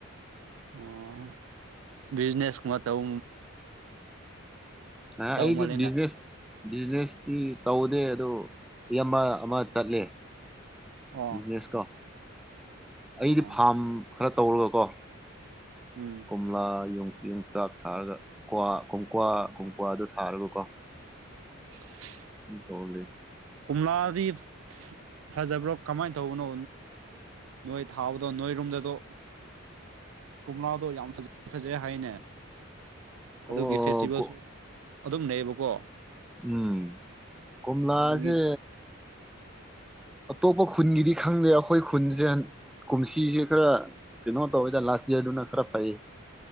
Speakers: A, on the right; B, in the centre.
A: ꯑꯣ ꯕꯤꯖꯤꯅꯦꯁ ꯀꯨꯝꯕ ꯇꯧ
B: ꯑ
A: ꯇꯧ
B: ꯑꯩꯗꯤ
A: ꯃꯥꯜꯂꯦꯅ
B: ꯕꯤꯖꯤꯅꯦꯁ ꯕꯤꯖꯤꯅꯦꯁꯇꯤ ꯇꯧꯗꯦ ꯑꯗꯨꯗꯣ ꯏꯌꯥꯝꯕ ꯑꯃ ꯆꯠꯂꯦ
A: ꯑꯣ
B: ꯕꯤꯖꯤꯅꯦꯁ ꯀꯣ ꯑꯩꯗꯤ
A: ꯑꯣ
B: ꯐꯥꯝ ꯈꯔ ꯇꯧꯔꯒꯀꯣ
A: ꯎꯝ
B: ꯀꯣꯝꯂꯥ ꯌꯨꯝ ꯌꯨꯝꯆꯥꯛ ꯊꯥꯔꯒ ꯀ꯭ꯋꯥ ꯀꯀ꯭ꯋꯥ ꯀꯨꯝꯀ꯭ꯋꯥꯗꯨ ꯊꯥꯔꯒꯀꯣ
A: <inaudible>
B: ꯇꯧꯂꯤ
A: ꯀꯣꯝꯂꯥꯗꯤ ꯐꯖꯕ꯭ꯔꯣ ꯀꯃꯥꯏꯅ ꯇꯧꯕꯅꯣ ꯅꯣꯏ ꯊꯥꯎꯕꯗ ꯅꯣꯏ ꯔꯨꯝꯗꯗ ꯀꯣꯝꯂꯥꯗꯣ ꯌꯥꯝ ꯐꯖꯩ ꯐꯖꯩ ꯍꯥꯏꯅꯦ
B: ꯑꯣ
A: ꯑꯗꯨꯒꯤ ꯐꯦꯁꯇꯤꯚꯦꯜꯁꯨ
B: ꯀꯣ
A: ꯑꯗꯨꯝ ꯂꯩꯌꯦꯕꯀꯣ
B: ꯎꯝ ꯀꯣꯃꯂꯥꯁꯦ
A: ꯑꯗꯨꯒꯤ
B: ꯑꯇꯣꯞꯄ ꯈꯨꯟꯒꯤꯗꯤ ꯈꯪꯗꯦ ꯑꯩꯈꯣꯏ ꯈꯨꯟꯁꯦ ꯀꯨꯝꯁꯤꯁꯦ ꯈꯔ ꯀꯩꯅꯣ ꯇꯧꯋꯤꯗ ꯂꯥꯁ ꯏ꯭ꯌꯔꯗꯨꯅ ꯈꯔ ꯐꯩ